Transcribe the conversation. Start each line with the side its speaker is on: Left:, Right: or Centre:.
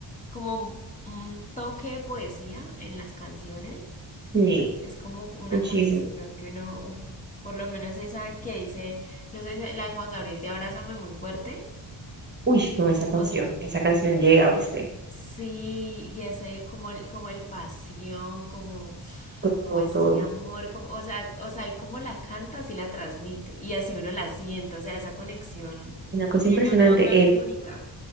Left: como un toque de poesía en las canciones.
Right: Sí,
Left: Es como una
Right: muchísimo.
Left: conexión que uno, uf, por lo menos esa que dice, no sé, esa- la de Juan Gabriel de Abrázame muy fuerte.
Right: Uy, no, esa canción,
Left: O sea,
Right: esa canción llega, ¿viste?
Left: sí, y ese como el, como el pasión, como,
Right: Como
Left: como ese
Right: todo.
Left: amor, como, o sea, o sea, él como la canta, así la transmite. Y así uno la siente, o sea, esa conexión
Right: Una cosa
Left: que
Right: impresionante.
Left: ellos logran es única.